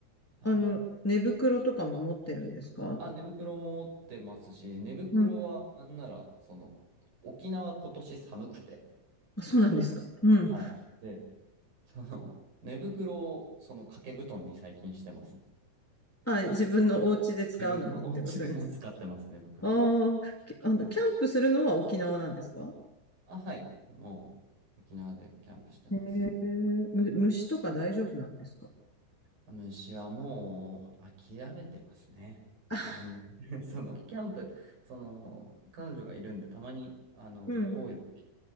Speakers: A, on the right (about 55°); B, in the centre.
A: はい。
B: あの、寝袋とかも持ってるんですか
A: あ、寝袋も持ってますし、寝袋はなんなら、
B: うん。
A: その、沖縄今年寒くて、
B: あ、そうなんですか。うん
A: はい。で、その、寝袋をその掛け布団に最近してます。
B: あ、自分のお家で使うのにってことです。
A: 自分のお家でも使ってます、寝袋
B: ああ、きあの、
A: うん
B: キャンプするのは沖縄なんですか
A: あ、はい。もう沖縄でキャンプしてます。
B: へえ、む、虫とか大丈夫なんですか
A: 虫はもう諦めてますね。
B: あ
A: なんで、<laughs> そのキャンプ、その彼女がいるんで、たまにあの行こうよって言っ
B: うん、